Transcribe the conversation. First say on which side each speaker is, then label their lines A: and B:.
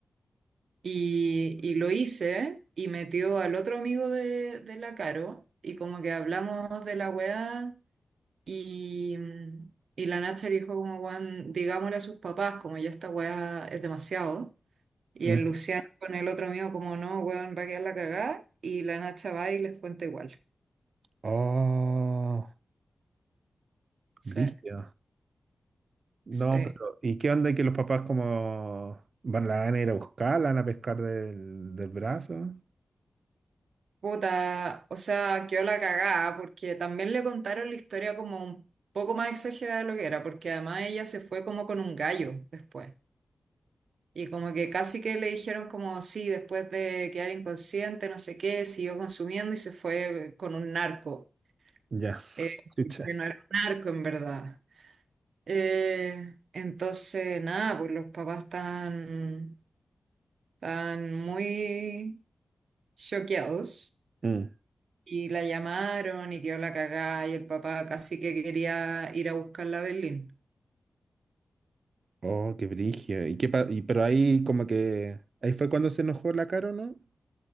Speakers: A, on the right; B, on the right.
A: Y, y lo hice y metió al otro amigo de, de la Caro y como que hablamos de la weá y, y la Nacha le dijo como, weón, digámosle a sus papás, como ya esta weá es demasiado. Y
B: Mm.
A: el Luciano con el otro amigo como, no, weón, va a quedar la cagada y la Nacha va y les cuenta igual.
B: Oh,
A: Sí,
B: brígido. No,
A: sí.
B: pero ¿y qué onda que los papás como van, la van a ir a buscar, la van a pescar del, del brazo?
A: Puta, o sea, quedó la cagada porque también le contaron la historia como un poco más exagerada de lo que era, porque además ella se fue como con un gallo después. Y como que casi que le dijeron como, sí, después de quedar inconsciente, no sé qué, siguió consumiendo y se fue con un narco,
B: Ya,
A: eh,
B: <laughs> chucha.
A: que no era un narco en verdad. Eh, entonces, nada, pues los papás están, están muy choqueados
B: Mm.
A: y la llamaron y quedó la cagada y el papá casi que quería ir a buscarla a Berlín.
B: Oh, qué brillo. ¿Y qué pa- y, pero ahí como que ahí fue cuando se enojó la Caro, ¿no?